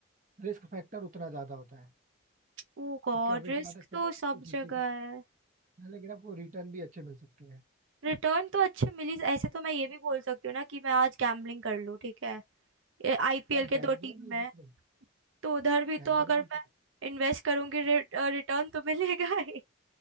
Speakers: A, on the right; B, on the right.
A: रिस्क फैक्टर उतना ज्यादा होता है
B: ओ गॉड
A: क्योंकि ऑब्वियस
B: रिस्क
A: बात है
B: तो
A: टॉप
B: सब
A: टू फिफ्टी
B: जगह
A: को
B: है
A: हाँ, लेकिन आपको रिटर्न भी अच्छे मिल सकते हैं
B: रिटर्न तो अच्छे मिली ऐसे तो मैं ये भी बोल सकती हूँ ना कि मैं आज गैम्बलिंग कर लूँ ठीक है आईपीएल
A: यार
B: के
A: गैम्बलिंग
B: दो टीम
A: इज
B: में
A: डिफरेंट
B: तो उधर भी
A: गैम्बलिंग
B: तो अगर मैं इन्वेस्ट करूंगी रिटर्न तो मिलेगा ही